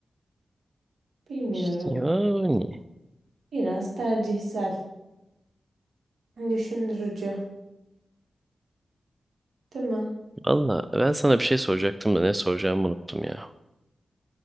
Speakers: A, on the right; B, on the right.
A: Bilmiyorum.
B: İşte Yani
A: Biraz tercihsel. Düşündürücü, değil mi?
B: valla ben sana bir şey soracaktım da ne soracağımı unuttum ya.